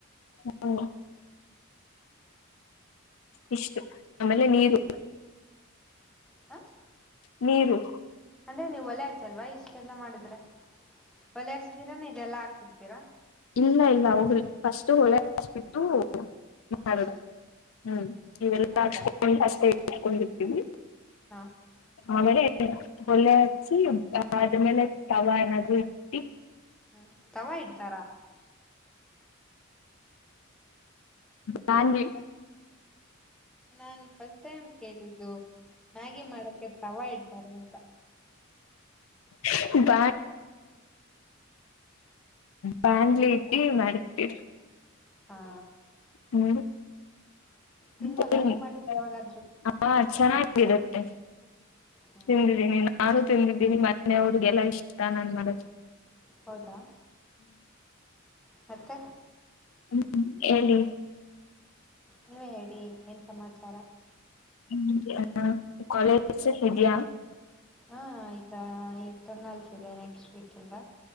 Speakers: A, on the left; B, in the centre.
A: ಹು ಇಷ್ಟು ಅಮೇಲೆ ನೀರು
B: ಹ
A: ನೀರು
B: ಅಂದ್ರೆ ನೀವು ಒಲೆ ಹಚ್ಚಲ್ವಾ ಇಷ್ಟೆಲ್ಲಾ ಮಾಡಿದ್ರೆ ಒಲೆ ಹಚ್ಚತೀರಾನ ಇದೆಲ್ಲ ಹಾಕ್ಬಿಡ್ತೀರಾ
A: ಇಲ್ಲ ಇಲ್ಲ ಫಸ್ಟ್ ಹೊಲೆ ಹಚ್ಬಿಟ್ಟು
B: ಹ್ಮ್
A: ಮಾಡದು ಹ್ಮ್ ಇವೆಲ್ಲ
B: ಹೌದಾ
A: ಅಚ್ಚಿ <unintelligible>
B: ಹಾ
A: ಆಮೇಲೆ ಒಲೆ ಹಚ್ಚಿ ಅದಾದ್ಮೇಲೆ ತವ ಏನಾದ್ರೂ ಇಟ್ಟಿ
B: ಹ್ಮ ತವಾ ಇಡ್ತಾರಾ
A: ಬಾಂಡ್ಲಿ
B: ನಾನ್ ಫಸ್ಟ್ ಟೈಮ್ ಕೇಳಿದ್ದು ಮ್ಯಾಗಿ ಮಾಡಕ್ಕೆ ತವಾ ಇಡ್ತಾರೆ ಅಂತ
A: ಹೌದ ಬಾಂಡ್ಲಿ ಇಟ್ಟಿ ಮಾಡ್ತೀರಿ
B: ಹಾ
A: ಹ್ಮ್ <unintelligible>
B: ತಿನ್ಬೋದಾ ನೀವ್ ಮಾಡಿದ್ ಯಾವಾಗಾದ್ರು
A: ಆ ಚನ್ನ ಗಿರುತ್ತೆ
B: ಹ್ಮ್
A: ತಿಂದಿದಿನಿ ನಾನು ತಿಂದಿದ್ದೀನಿ ಮನೆ ಅವ್ರಿಗೆಲ್ಲ ಇಷ್ಟ ನಾನ್ ಮಡೋದು
B: ಹೌದಾ ಮತ್ತೆ
A: ಹ್ಮ ಹೇಳಿ
B: ನೀವೇ ಹೇಳಿ ಏನ್ ಸಮಾಚಾರ
A: ಹ್ಮ್ ಹ ಕಾಲೇಜ್ ಇದ್ಯಾ
B: ಹಾ ಈಗ ಇಂಟರ್ನಲ್ಸ್ ಇದೆ ನೆಕ್ಸ್ಟ್ ವೀಕ್ ಇಂದ